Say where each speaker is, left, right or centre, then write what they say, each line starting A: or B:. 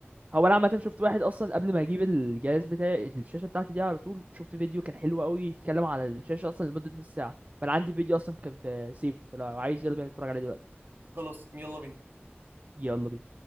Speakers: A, on the right (about 35°); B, on the right (about 60°).
A: هو انا عامه شفت واحد اصلا قبل ما اجيب الجهاز بتاعي الشاشه بتاعتي دي على طول شفت فيديو كان حلو قوي يتكلم على الشاشه اصلا لمده نص ساعه فانا عندي فيديو اصلا كان في سيفد فلو عايز يلا بينا نتفرج عليه دلوقتي
B: خلاص يلا بينا
A: يلا بينا